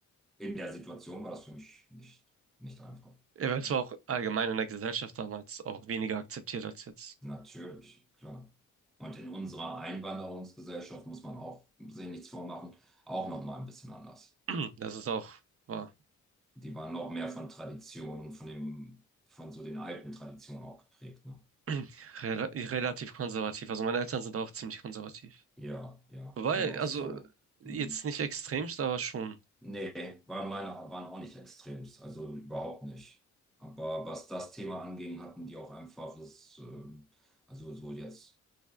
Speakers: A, in the centre; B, on the right.
A: in der Situation war das für mich nicht, nicht einfach.
B: Er war
A: Ja.
B: zwar auch allgemein in der Gesellschaft damals auch weniger akzeptiert als jetzt.
A: Natürlich, klar. Und in unserer Einwanderungsgesellschaft muss man auch, sich nichts vormachen, auch noch mal ein bisschen anders.
B: <clears throat> Das ist auch war
A: die waren noch mehr von Traditionen, von dem, von so den alten Traditionen auch geprägt, ne?
B: <clears throat> rela relativ konservativ. Also meine Eltern sind auch ziemlich konservativ.
A: Ja, ja.
B: Wobei,
A: Und auch
B: also
A: so,
B: jetzt
A: hm.
B: nicht extremst, aber schon.
A: Nee, waren meine, waren auch nicht extremst, also überhaupt nicht. Aber was das Thema anging, hatten die auch einfach, es, ähm, also so jetzt.